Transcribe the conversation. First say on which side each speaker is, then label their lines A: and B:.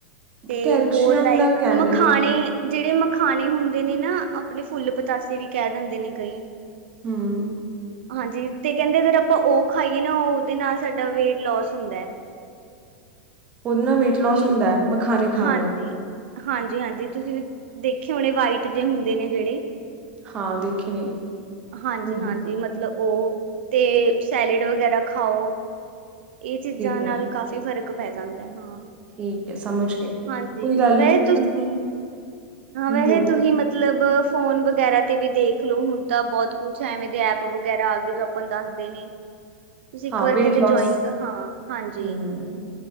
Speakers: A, on the right; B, on the right.
A: ਤੇ
B: ਕੈਲਸ਼ੀਅਮ
A: ਹੋਰ ਲਾਈਕ
B: ਦਾ ਕਹਿੰਦੇ
A: ਮਖਾਣੇ
B: ਨੇ ਬ
A: ਜਿਹੜੇ ਮਖਾਣੇ ਹੁੰਦੇ ਨੇ ਨਾ ਆਪਣੇ ਫੁੱਲ ਪਤਾਸੇ ਵੀ ਕਹਿ ਦਿੰਦੇ ਨੇ ਕਈ
B: ਹੂ-
A: ਹਾਂਜੀ ਤੇ ਕਹਿੰਦੇ ਅਗਰ ਆਪਾਂ ਉਹ ਖਾਈਏ ਨਾ ਉਹਦੇ ਨਾਲ ਸਾਡਾ ਵੇਟ ਲੋਸ ਹੁੰਦਾ ਹੈ।
B: ਉਹਦੇ ਨਾਲ ਵੇਟ ਲੋਸ
A: ਤੁਸੀਂ
B: ਹੁੰਦਾ ਹੈ, ਮਖਾਨਣੇ ਖਾਣ
A: ਹਾਂਜੀ
B: ਨਾਲ
A: ਹਾਂਜੀ ਹਾਂਜੀ ਤੁਸੀਂ ਦੇਖੇ ਹੋਣੇ ਵਾਈਟ ਜੇ ਹੁੰਦੇ ਨੇ ਜਿਹੜੇ
B: ਹਾਂ ਦੇਖੇ ਨੇ
A: ਹਾਂਜੀ
B: ਹੂੰ
A: ਹਾਂਜੀ
B: ਹੂੰ
A: ਮਤਲਬ ਔਹ ਤੇ ਸੈਲੇਡ ਵਗੈਰਾ ਖਾਔ ਇਹ ਚੀਜ਼ਾਂ
B: ਠੀਕ
A: ਨਾਲ
B: ਹੈ
A: ਕਾਫ਼ੀ ਫ਼ਰਕ ਫੈਦਾ ਨਹੀ ਹਾਂ-
B: ਠੀਕ ਹੈ ਸਮਝ ਗਈ,
A: ਹਾਂਜੀ
B: ਕੋਈ ਗੱਲ
A: ਵੈਸੇ
B: ਨੀ ਤੁਸੀਂ
A: ਹਾਂ
B: ਹੂੰ
A: ਵੈਸੇ
B: ਬੋਲੋ
A: ਤੁਸੀਂ ਮਤਲਬ ਫੋਨ ਵਗੈਰਾ ਤੇ ਵੀ ਦੇਖ ਲੋ, ਹੁਣ ਤਾਂ ਬਹੁਤ ਕੁਛ ਐਵੇਂ ਦੇ ਐਪ ਵਗੈਰਾ ਆ ਗਏ, ਜੋ ਆਪਾਂ ਨੂੰ ਦੱਸਦੇ ਨੇ। ਤੁਸੀਂ ਇੱਕ
B: ਹਾਂ
A: ਵਾਰ
B: ਵੇਟ
A: ਕਿਤੇ
B: ਲੋਸ
A: ਜੁਆਇਨ ਹਾਂ, ਹਾਂਜੀ,
B: ਹੂੰ